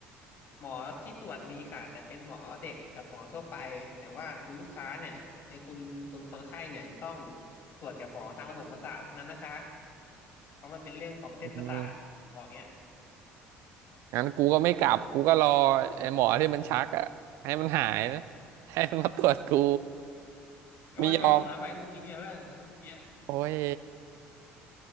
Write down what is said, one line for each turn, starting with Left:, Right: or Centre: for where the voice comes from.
Left: หมอที่ตรวจมีค่ะแต่เป็นหมอเด็กกับหมอทั่วไปแต่ว่าคุณลูกค้าเนี่ยไอ้คุณคุณคนไข้เนี่ยจะต้องตรวจกับหมอทางระบบประสาทเท่านั้นนะคะเพราะมันเป็นเรื่องของเส้นประสาทบอกเงี้ย
Right: อืมงั้นกูก็ไม่กลับกูก็รอไอ้หมอที่มันชักอ่ะให้มันหายนะให้มันมาตรวจกู
Left: ก็มันบอกมันมาใหม่พรุ่งนี้อ่ะเพื่อนมันพูดอย่างเงี้ย
Right: ไม่ยอมโอ้ย